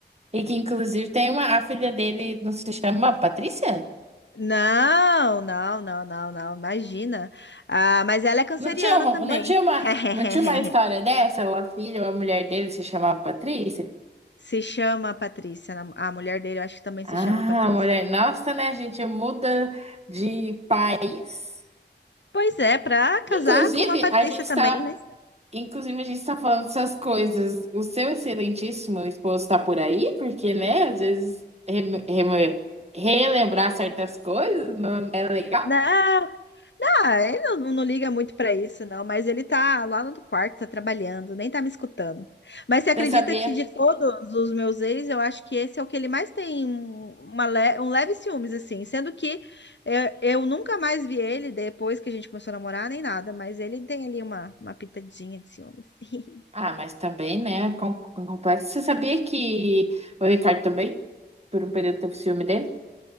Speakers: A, on the right; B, on the left.
A: E que inclusive tem uma, a filha dele, não se chama Patrícia?
B: Não, não, não, não, não, imagina. Ah, mas ela é canceriana
A: Não tinha, um-
B: também.
A: não tinha uma,
B: <laughs>
A: não tinha uma história dessa? Ou a filha ou a mulher dele se chamava Patrícia?
B: Se chama Patrícia, nam- a mulher dele, eu acho que também
A: Ah,
B: se chama Patrícia.
A: a mulher, nossa, né? A gente muda de país.
B: Pois é, pra casar
A: Inclusive,
B: com uma Patrícia
A: a gente está
B: também, né?
A: Inclusive, a gente está falando essas coisas. O seu excelentíssimo esposo está por aí? Porque, né, às vezes rem- rem- relembrar certas coisas não é legal.
B: Não. Ah, ele não, não liga muito pra isso, não, mas ele tá lá no quarto, tá trabalhando, nem tá me escutando. Mas você acredita
A: Você sabia?
B: que de todos os meus ex, eu acho que esse é o que ele mais tem um- uma le- um leve ciúmes, assim, sendo que é, eu, nunca mais vi ele depois que a gente começou a namorar, nem nada, mas ele tem ali uma, uma pitadinha de ciúmes. <laughs>
A: Ah, mas também, né, com, com complexo. Você sabia que o Ricardo também, por um período, teve ciúme dele?